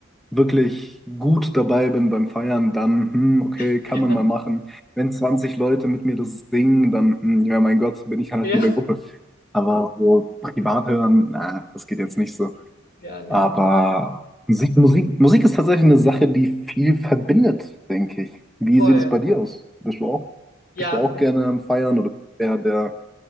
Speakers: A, in the centre; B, on the left (about 50°).
A: wirklich gut dabei bin beim Feiern, dann, hm, okay,
B: <laughs>
A: kann man mal machen. Wenn 20 Leute mit mir das singen, dann, hm, ja, mein Gott, bin ich halt
B: Ja.
A: mit der Gruppe. Aber so privat hören, na, das geht jetzt nicht so.
B: Ja, nee.
A: Aber Musik, Musik, Musik ist tatsächlich eine Sache, die viel verbindet, denke ich. Wie
B: Voll.
A: sieht es bei dir aus? Bist du auch,
B: Ja,
A: bist du auch gerne am Feiern oder eher der